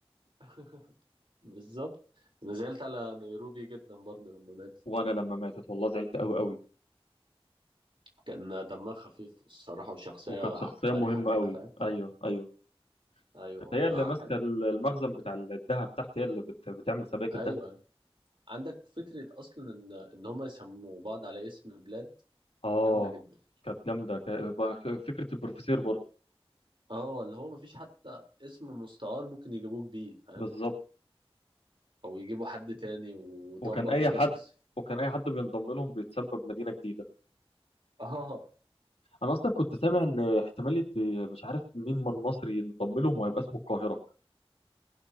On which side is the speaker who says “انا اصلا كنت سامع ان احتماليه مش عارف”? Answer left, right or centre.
Left